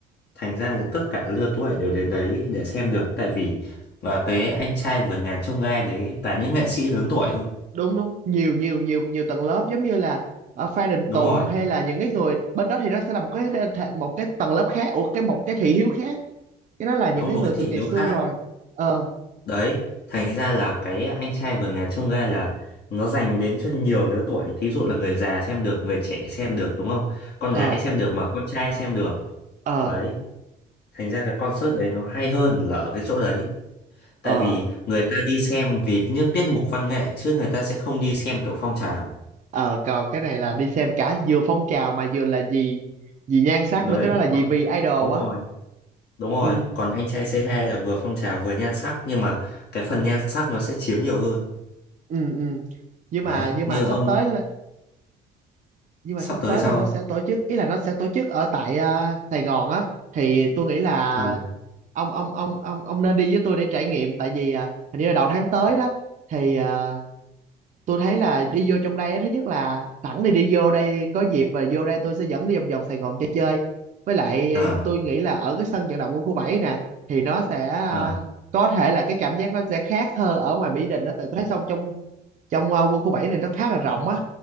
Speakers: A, on the left; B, on the right.
A: thành ra là tất cả lứa tuổi đều đến đấy để xem được tại vì và cái anh trai vượt ngàn chông gai đấy toàn những nghệ sĩ lớn tuổi thôi
B: đúng đúng nhiều nhiều nhiều nhiều tầng lớp giống như là ở Phan Đình
A: đúng
B: Tùng
A: rồi
B: hay là những cái người bên đó thì nó sẽ là một cái thể- một cái tầng lớp khác ủa cái một cái thị hiếu khác cái đó là những
A: đúng
B: cái
A: một
B: người
A: cái thị
B: từ ngày
A: hiếu
B: xưa
A: khác
B: rồi ờ
A: Đấy, thành ra là cái anh trai vượt ngàn chông gai là nó dành đến cho nhiều lứa tuổi. Thí dụ là người già xem được, người trẻ xem được đúng không? Con
B: ờ
A: gái xem được mà con trai xem được.
B: ờ
A: Đấy, thành ra cái concert đấy nó hay hơn là ở cái chỗ đấy. Tại
B: ờ
A: vì người ta đi xem vì những tiết mục văn nghệ chứ người ta sẽ không đi xem kiểu phong trào.
B: ờ còn cái này là đi xem cả vừa phong trào mà vừa là gì gì nhan sắc
A: Đấy,
B: nữa cái đó là gì
A: vâng.
B: vì idol
A: đúng rồi,
B: á
A: đúng rồi.
B: ừ
A: Còn anh trai c hai là vừa phong trào vừa nhan sắc nhưng mà cái phần nhan sắc nó sẽ chiếm nhiều hơn.
B: ừ ừ nhưng
A: Đấy,
B: mà nhưng
A: như
B: mà sắp
A: ông
B: tới nhưng mà
A: sắp
B: sắp
A: tới
B: tới
A: sao
B: là nó
A: không?
B: sẽ tổ chức ý là nó sẽ tổ chức ở tại à, Sài Gòn á thì tôi nghĩ là
A: À,
B: ông ông ông ông ông nên đi với tôi để trải nghiệm tại vì à, hình như là đầu tháng tới đó thì à, tôi thấy là đi vô trong đây á thứ nhất là sẵn đi đi vô đây có dịp và vô đây tôi sẽ dẫn đi vòng vòng Sài Gòn cho chơi với lại
A: À,
B: tôi nghĩ là ở cái sân vận động quân khu 7 nè thì nó sẽ à,
A: à.
B: có thể là cái cảm giác nó sẽ khác hơn ở ngoài Mỹ Đình đó tại tôi thấy xong trong trong ờ, quân khu 7 này nó khá là rộng á